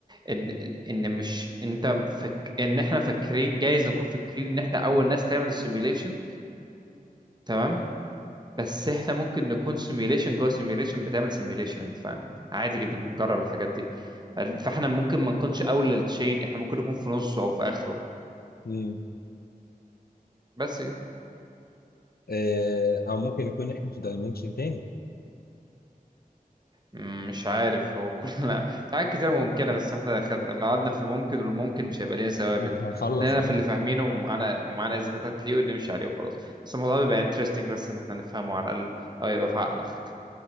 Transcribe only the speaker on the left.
اه
آه، او ممكن يكون احنا في دايمنشن تاني
مش هنخلص
فاهم